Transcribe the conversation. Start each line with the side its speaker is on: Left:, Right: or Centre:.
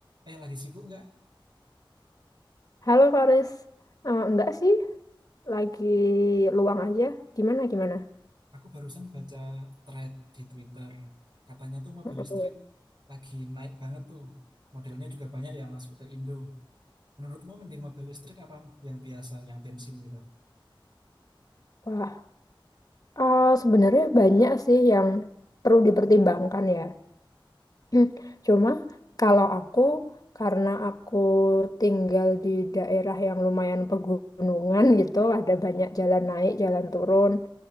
Right: Eh, lagi sibuk nggak?
Left: Halo Faris, Eh, enggak sih, lagi luang aja. Gimana gimana?
Right: Aku barusan baca thread di Twitter. Katanya tuh mobil
Left: Mm-mm.
Right: listrik lagi naik banget tuh. Modelnya juga banyak ya masuk ke Indo. Menurutmu mending mobil listrik apa yang biasa, yang bensin gitu?
Left: Wah, eh, sebenarnya banyak sih yang perlu dipertimbangkan ya. Hmm, Cuma kalau aku karena aku tinggal di daerah yang lumayan pegunungan gitu, ada banyak jalan naik, jalan turun,